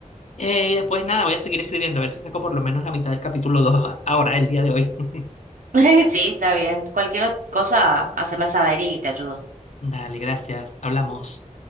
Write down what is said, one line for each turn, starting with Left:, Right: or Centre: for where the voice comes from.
Left: Eh, y después nada, voy a seguir escribiendo, a ver si saco por lo menos la mitad del capítulo 2 ahora, el día de hoy. <laughs>
Right: <laughs> Sí, está bien. Cualquier ot- cosa, haceme saber y te ayudo.
Left: Dale, gracias, hablamos.